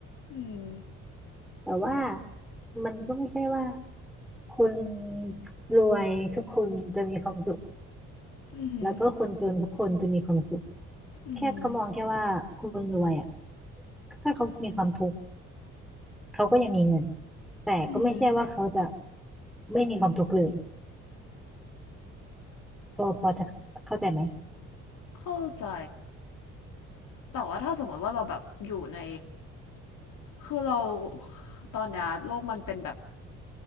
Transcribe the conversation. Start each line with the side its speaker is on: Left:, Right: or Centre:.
Left: อืม
Centre: แต่ว่ามันก็ไม่ใช่ว่าคนรวยทุกคนจะมีความสุข
Left: อืออ
Centre: แล้วก็คนจนทุกคนจะมีความสุข
Left: ืม
Centre: แค่เขามองแค่ว่าคนรวยอ่ะถ้าเขามีความทุกข์เขาก็ยังมีเงินแต่ก็ไม่ใช่ว่าเขาจะ
Left: อือ
Centre: ไม่มีความทุกข์เลยพอพอจะเข้าใจไหม
Left: เข้าใจแต่ว่าถ้าสมมติว่าเราแบบอยู่ในคือเราตอนเนี้ยโลกมันเป็นแบบ